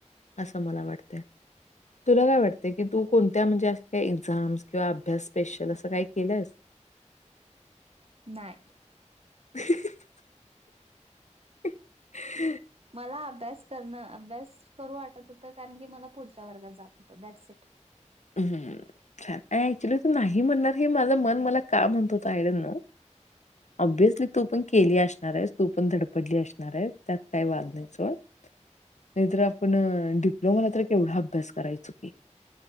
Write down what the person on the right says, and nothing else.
नाहीय
मला अभ्यास करणं अभ्यास करू वाटत होत कारण की मला पुढच्या वर्गात जात होतं दॅट्स इट